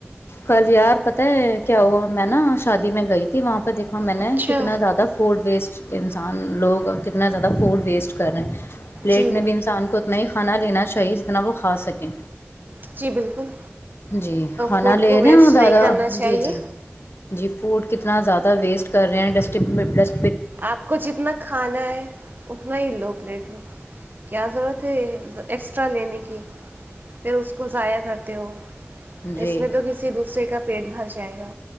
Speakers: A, on the left; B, on the right.
A: کل یار پتہ ہے کیا ہوا میں نا شادی میں گئی تھی وہاں پہ دیکھ ہاں میں نے
B: اچھا
A: کتنا زیادہ فوڈ ویسٹ انسان لوگ کتنا زیادہ فوڈ ویسٹ کر رہے ہیں پلیٹ
B: جی
A: میں بھی انسان کو اتنا ہی کانا لین چاہی چاہیے جتنا وہ کھا سکیں
B: جی بالکل
A: جی کھانا
B: فوڈ
A: لے
B: کو ویسٹ
A: رہے زیادہ
B: نہیں کرنا چاہیے
A: جی جی جی فوڈ کتنا زیادہ ویسٹ کر رہے ہیں ڈس میں پس
B: آپ کو جتنا کھانا ہے نہیں دوو پلیٹ میں کیا ضرورت ہے ایکسٹرا لینے کی پھر اس کوضائع کرتے تو
A: جی
B: اس میں تو کسی دوسرے کا پیٹ بھر جائے گا